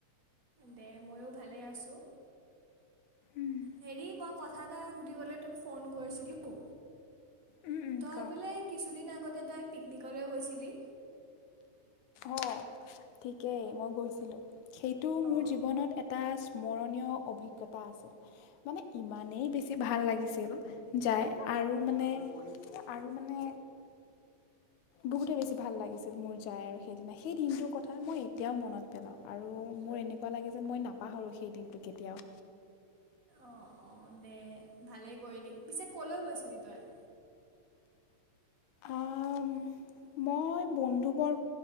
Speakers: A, on the right; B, on the left.
A: দে ময়ো ভালে আছো
B: উম,
A: হেৰি মই কথা এটা সুধিবলৈ তোক ফোন কৰিছিলো
B: উম, উম,
A: তই
B: ক
A: বোলে কিছুদিনৰ আগ তেতো তই পিকনিকলৈ গৈছিলি
B: অ ঠিকেই মই গৈছিলো সেইটো
A: অঁ
B: মোৰ জীৱনত এটা স্মৰণীয় অভিজ্ঞতা আছিল মানে ইমানেই বেছি ভাল লাগিছিল যাই আৰু মানে আৰু মানে বহুতে বেছি ভাল লাগিছিল মোৰ যাই আৰু সেইদিনা সেই দিনটোৰ কথা মই এতিয়াও মনত পেলাওঁ আৰু মোৰ এনেকোৱা লাগে যেন মই নাপাহৰো সেই দিনটো কেতিয়াও
A: অঁ অঁ দে ভালে কৰিলি পিছে কলৈ গৈছিলি তই
B: অঁ মই বন্ধুবৰ